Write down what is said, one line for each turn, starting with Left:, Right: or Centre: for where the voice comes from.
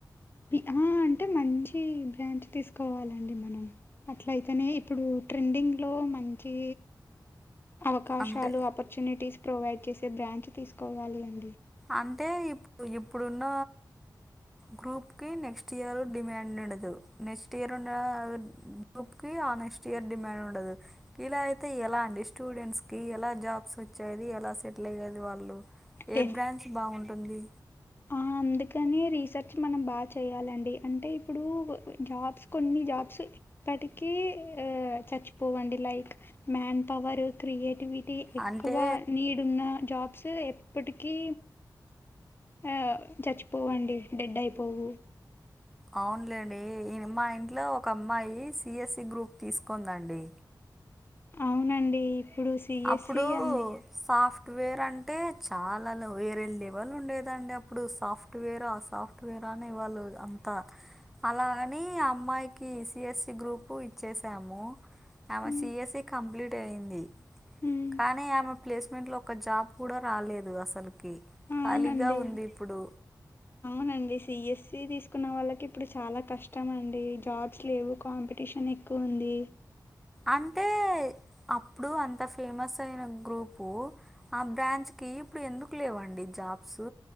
Left: అహ అంటే మంచి బ్రాంచ్ తీసుకోవాలండి మనం అట్ల అయితేనే ఇప్పుడు ట్రెండింగ్ లో మంచి అవకాశాలు
Centre: అంటే
Left: ఆపర్చునిటీస్ ప్రొవైడ్ చేసే బ్రాంచ్ తీసుకోవాలి అండి
Centre: అంటే ఇప్పుడు ఇప్పుడున్న గ్రూప్కి నెక్స్ట్ ఇయర్ డిమాండ్ ఉండదు నెక్స్ట్ ఇయర్ ఉన్న గ్రూప్కీ ఆ నెక్స్ట్ ఇయర్ డిమాండ్ ఉండదు ఇలా అయితే ఎలా అండి స్టూడెంట్స్ కి ఎలా జాబ్స్ వచ్చేది ఎలా సెటిల్ అయ్యేది వాళ్ళు
Left: డి
Centre: మనిషి బాగుంటుంది
Left: ఆ అందుకనే రీసెర్చ్ మనం బాగా చేయాలండి అంటే ఇప్పుడు జాబ్స్ కొన్ని జాబ్ సో ఏప్పటికీ ఆ చచ్చిపోవండి like man power creativity ఎక్కువ
Centre: అంటే
Left: నీడ్ ఉన్న జాబ్స్ ఎప్పటికీ ఆ చచ్చిపోవండి డెడ్ అయిపోవు
Centre: అవునులేండి ఇంగ మా ఇంట్లో ఒక అమ్మాయి సిఎస్సి గ్రూప్ తీసుకుంది అండి
Left: అవునండి. ఇప్పుడు సీఎస్‌సి
Centre: అప్పుడు
Left: అన్
Centre: సాఫ్ట్వేర్ అంటే చాలా వేరే లెవల్ ఉండేదండి అప్పుడు సాఫ్ట్వేర్ ఆ సాఫ్ట్ వేర్ ఆ అనే వాళ్ళు అంతా అలా అని అమ్మాయికి సిఎస్సి గ్రూపు ఇచ్చేసాము ఆమె
Left: హ్మ్.
Centre: సిఎస్ఈ కంప్లీట్ అయింది
Left: హ్మ్.
Centre: కానీ ఆమెకు ప్లేస్మెంట్లో ఒక్క జాబ్ కూడా రాలేదు అసలకి
Left: అవునండి.
Centre: ఖాళీగా ఉంది ఇప్పుడు
Left: అవునండి సిఎస్సి తీసుకున్న వాళ్ళకి ఇప్పుడు చాలా కష్టం అండి జాబ్స్ లేవు కాంపిటీషన్ ఎక్కువ ఉంది
Centre: అంటే అప్పుడు అంత ఫేమస్ అయిన గ్రూపు ఆ బ్రాంచ్ కి ఇప్పుడు ఎందుకు లేవండి జాబ్స్